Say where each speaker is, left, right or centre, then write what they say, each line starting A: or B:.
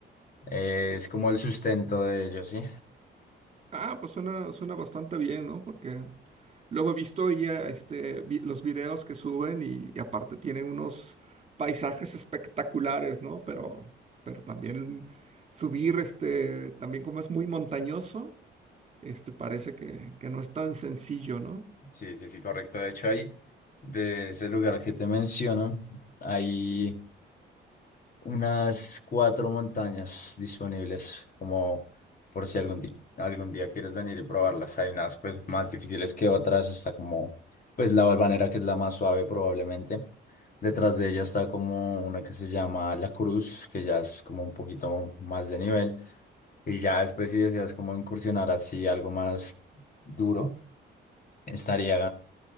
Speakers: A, on the left; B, on the right.
A: eh, es como el sustento de ellos, ¿sí?
B: Ah, pues suena, suena bastante bien, ¿no? Porque luego he visto ya este, vi- los videos que suben y, y aparte tienen unos paisajes espectaculares, ¿no? Pero, pero también subir, este, también como es muy montañoso, este, parece que, que no es tan sencillo, ¿no?
A: Sí, sí, sí, correcto. De hecho, ahí, de ese lugar que te menciono, ahí. unas cuatro montañas disponibles, como por si algún día, algún día quieres venir y probarlas. Hay unas pues más difíciles que otras, está como pues la Barbanera que es la más suave probablemente. Detrás de ella está como una que se llama La Cruz, que ya es como un poquito más de nivel. Y ya después si deseas como incursionar así algo más duro, estaría